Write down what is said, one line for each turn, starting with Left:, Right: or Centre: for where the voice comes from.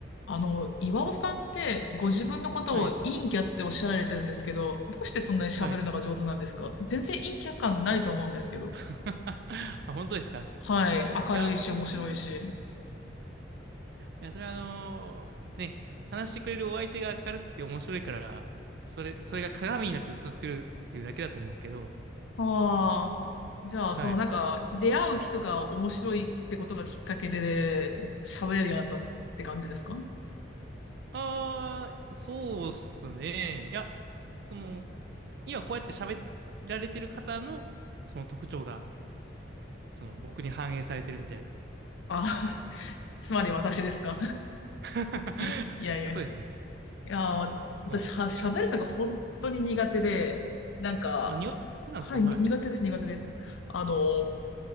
Left: あの、岩尾さんってご自分のことを陰キャっておっしゃられてるんですけど、
Right: はい、
Left: どうしてそんなに喋るのが上手なんですか全然陰キャ感ないと思うんですけど。
Right: はい。<laughs> あ、本当ですかい
Left: はい。明るいし、
Right: や、僕
Left: 面白いし。
Right: <laughs> いや、それはあのーね、話してくれるお相手が明るくて面白いから、それ、それが鏡になって映ってるっていうだけだと思うんですけど、
Left: ああ。じゃあ、
Right: はい。
Left: そのなんか、出会う人が面白いってことがきっかけで喋れるようになったって感じですか
Right: ああ、そうっすね。いや、その、今こうやって喋られてる方の、その特徴が、その、僕に反映されてるみたいな。
Left: あ、<laughs> つまり私ですか
Right: <laughs>
Left: <laughs> いやいや。
Right: あ、そうですね。
Left: いや、わ私は、
Right: そう。
Left: 喋るのが本当に苦手で、なんか、
Right: あ、庭ってなんですかはい。
Left: はい、に苦手です、苦手です。あの、